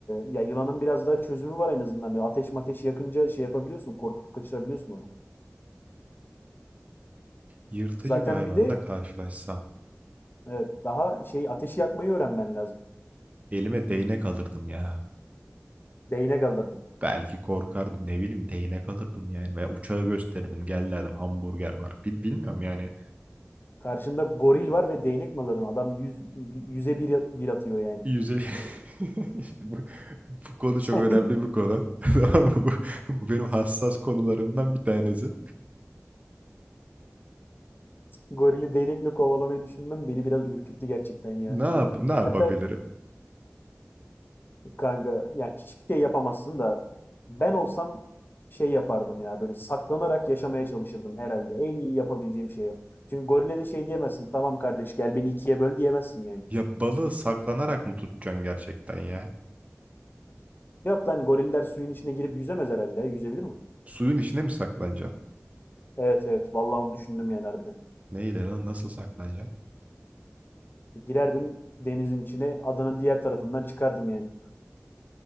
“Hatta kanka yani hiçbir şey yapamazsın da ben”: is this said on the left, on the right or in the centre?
Left